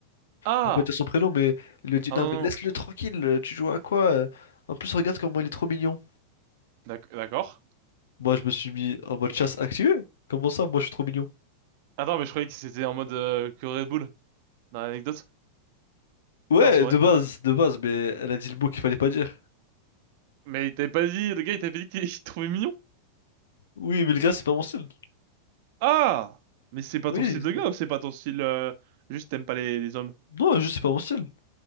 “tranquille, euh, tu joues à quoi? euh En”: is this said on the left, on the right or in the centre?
Left